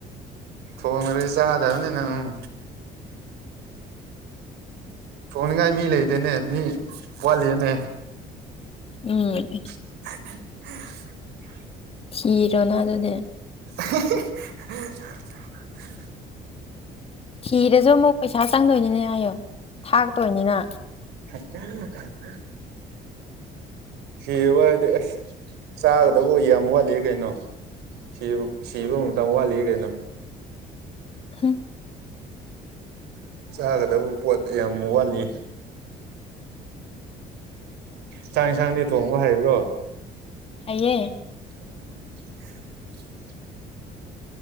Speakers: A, on the right; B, on the left.
A: ꯊꯣꯛꯗꯔꯗꯤ ꯆꯥꯗꯕꯅꯤꯅ ꯎꯝ ꯊꯣꯡꯅꯤꯡꯉꯥꯏ ꯃꯤ ꯂꯩꯗꯅꯦ ꯃꯤ ꯋꯥꯠꯂꯤꯅꯦ
B: ꯎꯝ
A: <unintelligible>
B: ꯊꯤꯔꯣꯅꯦ ꯑꯗꯨꯗꯤ
A: <unintelligible>
B: ꯊꯤꯔꯁꯨ ꯑꯃꯨꯛ ꯄꯩꯁꯥ ꯆꯪꯗꯣꯏꯅꯤꯅꯦ ꯍꯥꯏꯌꯣ ꯊꯥꯛꯇꯣꯏꯅꯤꯅ
A: ꯍ <unintelligible> ꯁꯤꯕ ꯍꯥꯏꯗꯤ ꯑꯁ ꯆꯥꯒꯗꯕ ꯌꯥꯝ ꯋꯥꯠꯂꯤ ꯀꯩꯅꯣ ꯁꯤ ꯁꯤꯕ ꯑꯃꯛꯇꯪ ꯋꯥꯠꯂꯤ ꯀꯩꯅꯣ
B: ꯍꯨꯝ
A: ꯆꯥꯒꯗꯕ ꯄꯣꯠ ꯌꯥꯝ ꯋꯥꯠꯂꯤ ꯆꯥꯛ ꯌꯦꯟꯁꯥꯡꯗꯤ ꯊꯣꯡꯕ ꯍꯥꯏꯕ꯭ꯔꯣ
B: ꯑꯩꯌꯦ
A: <unintelligible>